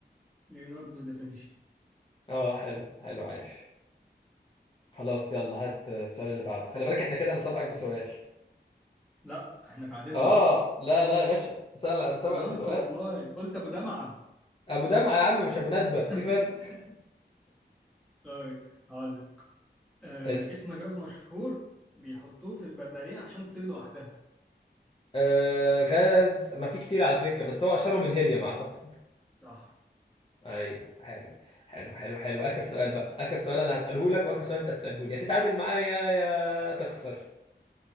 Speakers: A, in the centre; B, on the left.
A: ليوناردو دافنشي
B: اه حلو حلو عاش خلاص يلا هات السؤال اللي بعده خلي بالك احنا كده انا سابقك بسؤال
A: لا احنا تعادلنا
B: اه لا لا يا باشا سأل انا سابقك
A: انا قلت
B: بسؤال
A: والله قلت ابو دمعه
B: ابو دمعة يا عم مش ابو ندبة
A: <laughs>
B: في فرق
A: طيب هقول لك آه،
B: اسأل
A: اسم غاز مشهور بيحطوه في البلالين عشان تطير لوحدها
B: آه غاز ما في كتير على فكرة بس هو اشهرهم الهيليوم اعتقد
A: صح
B: ايوه حلو حلو حلو حلو اخر سؤال بقى اخر سؤال انا هسأله لك واخر سؤال انت هتسأله لي يا تتعادل معايا يا تخسر